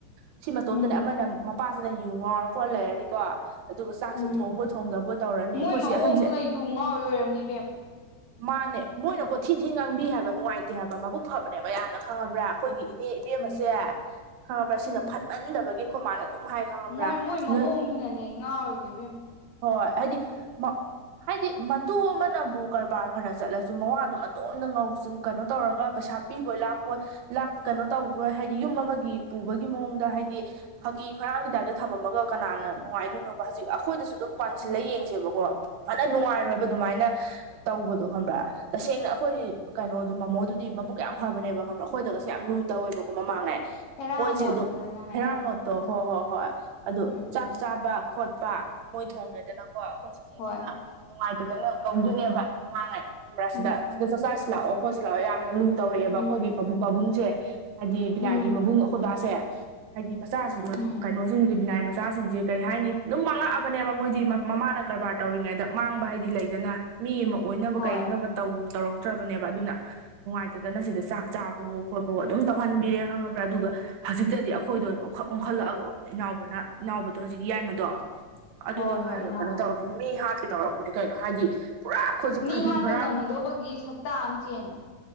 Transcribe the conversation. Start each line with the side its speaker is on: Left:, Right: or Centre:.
Right: ꯁꯤ ꯃꯇꯣꯝꯗꯅꯦ
Left: ꯎꯝ
Right: ꯑꯃꯅ ꯃꯄꯥꯁꯤꯅ ꯌꯨ ꯉꯥꯎ ꯍꯣꯟ ꯂꯩꯔꯅꯤꯀꯣ ꯑꯗꯨꯒ ꯆꯥꯛꯁꯦ
Left: ꯎꯝ
Right: ꯊꯣꯡꯕꯣꯏ ꯊꯣꯡꯗꯕꯣꯏ ꯇꯧꯔꯅꯤ
Left: ꯃꯣꯏ
Right: ꯑꯩꯈꯣꯏꯆꯦ
Left: ꯃꯑꯣꯡꯗꯨꯅ
Right: ꯑꯍꯥꯟꯁꯦ
Left: ꯌꯨ ꯉꯥꯎꯔꯤ ꯑꯣꯏꯔꯝꯅꯤ ꯏꯕꯦꯝ
Right: ꯃꯥꯅꯦ ꯃꯣꯏꯅ ꯀꯣ ꯊꯤꯟ ꯊꯤ ꯉꯥꯡꯕꯤ ꯍꯥꯏꯕ ꯅꯨꯡꯉꯥꯏꯇꯦ ꯍꯥꯏꯕ ꯃꯕꯨꯛ ꯐꯕꯅꯦꯕ ꯌꯥꯝ ꯅ ꯈꯪꯉꯕ꯭ꯔꯥ ꯑꯩꯈꯣꯏꯒꯤ ꯏꯅꯦ ꯏꯕꯦꯝꯃꯁꯦ
Left: ꯎꯝ
Right: ꯈꯪꯉꯕ꯭ꯔꯥ ꯁꯤꯅ
Left: ꯎꯝ
Right: ꯐꯠꯃꯟꯗꯕꯒꯤ ꯈꯣꯏ ꯃꯥꯅ ꯑꯗꯨꯝ ꯍꯥꯏ ꯈꯪꯉꯕ꯭ꯔꯥ
Left: ꯃꯣꯏ ꯃꯣꯏ
Right: ꯅꯣꯏ
Left: ꯃꯑꯣꯡꯗꯨꯅꯅꯦ ꯉꯥꯎꯔꯤꯗꯨ ꯏꯕꯦꯝ
Right: ꯍꯣꯏ ꯍꯥꯏꯗꯤ ꯃꯛ ꯍꯥꯏꯗꯤ ꯃꯇꯨ ꯑꯃꯅꯕꯨ ꯀꯔꯕꯥꯔ ꯐꯅ ꯆꯠꯂꯁꯨ ꯃꯋꯥꯗꯣ ꯃꯇꯣꯝꯗ ꯉꯧꯁꯨ ꯀꯩꯅꯣ ꯇꯧꯔꯒ ꯄꯩꯁꯥ ꯄꯤꯕꯣꯏ ꯂꯥꯛꯄꯣꯏ ꯂꯥꯛ ꯀꯩꯅꯣ ꯇꯧꯔꯣꯏ ꯍꯥꯏꯗꯤ ꯌꯨꯝ ꯑꯃꯒꯤ ꯄꯨꯕꯒꯤ ꯃꯑꯣꯡꯗ ꯍꯥꯏꯗꯤ ꯐꯥꯒꯤ ꯐꯔꯥꯡꯒꯤ ꯇꯥꯏꯞꯇ ꯊꯝꯃꯝꯃꯒ ꯀꯅꯥꯅ ꯅꯨꯡꯉꯥꯏꯗꯣꯏꯅꯣꯕ ꯍꯧꯖꯤꯛ ꯑꯩꯈꯣꯏꯗꯁꯨ ꯑꯗꯨꯝ ꯄꯥꯟꯁꯤꯜꯂ
Left: ꯍꯣꯏ
Right: ꯌꯦꯡꯁꯦꯕꯀꯣ ꯐꯥꯅ ꯅꯨꯡꯉꯥꯏꯔꯣꯏꯕ
Left: ꯎꯝ
Right: ꯑꯗꯨꯃꯥꯏꯅ ꯇꯧꯕꯗꯣ ꯈꯪꯕ꯭ꯔꯥ ꯇꯁꯦꯡꯅ ꯑꯩꯈꯣꯏ ꯀꯩꯅꯣꯗꯨ ꯃꯃꯣꯗꯨꯗꯤ ꯃꯕꯨꯛ ꯌꯥꯝ ꯐꯥꯕꯅꯦꯕ ꯈꯪꯕ꯭ꯔꯥ ꯑꯩꯈꯣꯏꯗꯒꯁꯨ ꯌꯥꯝ ꯂꯨꯅ ꯇꯧꯋꯦꯕꯀꯣ ꯃꯃꯥꯡꯉꯩ
Left: ꯍꯦꯔꯥꯃꯣꯠ
Right: ꯃꯣꯏꯁꯦ ꯑꯗꯨꯝ
Left: ꯍꯥꯏꯅ ꯍꯥꯏꯅꯕꯅꯦ
Right: ꯍꯦꯔꯥ ꯃꯣꯠꯇꯣ
Left: ꯎꯝ
Right: ꯍꯣꯏ ꯍꯣꯏ ꯍꯣꯏ ꯑꯗꯨ
Left: ꯎꯝ
Right: ꯆꯥꯛ
Left: ꯎꯝ
Right: ꯆꯥꯕ ꯈꯣꯠꯄ ꯃꯣꯏ ꯊꯣꯡꯗ꯭ꯔꯦꯗꯅꯀꯣ ꯑꯩꯈꯣꯏ ꯆꯆꯦꯁꯤꯅ
Left: ꯍꯣꯏ
Right: ꯅꯨꯡꯉꯥꯏꯇꯗꯅ ꯀꯧꯗꯣꯏꯅꯦꯕ ꯃꯃꯥꯡꯉꯩ ꯭ꯕ꯭ꯔꯥ
Left: ꯎꯝ
Right: ꯁꯤꯗ ꯁꯤꯗ ꯆꯥꯛꯆꯥꯁꯤ ꯂꯥꯛꯑꯣ ꯈꯣꯠꯁꯤ ꯂꯥꯛꯑꯣ ꯌꯥꯝꯅ ꯂꯨ ꯇꯧꯔꯛꯑꯦꯕ
Left: ꯎꯝ
Right: ꯈꯣꯏꯒꯤ ꯄꯥꯕꯨꯡ ꯄꯥꯕꯨꯡꯁꯦ ꯍꯥꯏꯗꯤ ꯕꯤꯅꯥꯒꯤ
Left: ꯎꯝ
Right: ꯃꯕꯨꯡ ꯑꯈꯣꯏꯕꯥꯁꯦ ꯍꯥꯏꯗꯤ ꯃꯆꯥꯁꯤꯡ
Left: ꯎꯝ
Right: ꯀꯩꯅꯣꯁꯤꯡꯁꯦ ꯕꯤꯅꯥꯏ ꯃꯆꯥꯁꯤꯡꯁꯤ ꯀꯩ ꯍꯥꯏꯅꯤ ꯑꯗꯨꯝ ꯃꯥꯡꯉꯛꯑꯕꯅꯦꯕ ꯃꯣꯏꯗꯤ ꯃꯃꯥꯅ ꯀꯔꯕꯥꯔ ꯇꯧꯔꯤꯉꯩꯗ ꯃꯥꯡꯕ ꯍꯥꯏꯗꯤ ꯂꯩꯗꯅ ꯃꯤ ꯑꯃ ꯑꯣꯏꯅꯕ
Left: ꯍꯣꯏ
Right: ꯀꯩꯅꯕꯧ ꯇꯧ ꯇꯧꯔꯛꯇ꯭ꯔꯕꯅꯦꯕ ꯑꯗꯨꯅ ꯅꯨꯡꯉꯥꯏꯇꯗꯅ ꯁꯤꯗ ꯆꯥꯛ ꯆꯥꯕꯑꯣ ꯈꯣꯠꯄꯋꯣ ꯑꯗꯨꯝ ꯇꯧꯍꯟꯕꯤꯔꯦ ꯈꯪꯉꯕ꯭ꯔꯥ ꯑꯗꯨꯒ ꯍꯧꯖꯤꯛꯇꯗꯤ ꯑꯈꯣꯏꯗ ꯑꯣꯏꯅ ꯑꯣꯟꯈꯠ ꯑꯣꯟꯈꯠꯂꯛꯑꯒ ꯑꯣꯏꯅ ꯏꯅꯥꯎꯕꯅ ꯏꯅꯥꯎꯕꯗꯣ ꯍꯧꯖꯤꯛꯀꯤ ꯌꯥꯏꯃꯗꯣ ꯑꯗꯨꯗꯨꯟ
Left: ꯍꯣꯏ
Right: ꯑꯣꯏꯅ
Left: ꯍꯣꯏ ꯏꯅꯥꯎꯕ
Right: ꯀꯩꯅꯣ ꯇꯧꯔꯛ
Left: ꯀꯧ
Right: ꯃꯤ ꯍꯥꯠꯀꯦ ꯇꯧꯔꯛꯄꯅꯤ ꯀꯩꯅꯣ ꯍꯥꯏꯗꯤ ꯄꯨꯔꯥ ꯑꯩꯈꯣꯏꯁꯦ ꯐꯥꯒꯤ
Left: ꯃꯤ ꯍꯥꯠꯄ
Right: ꯐꯔꯥꯡ
Left: ꯉꯝꯃꯨꯗꯧꯕꯒꯤ ꯁꯛꯇ ꯑꯃ ꯆꯦꯟꯕꯅꯦ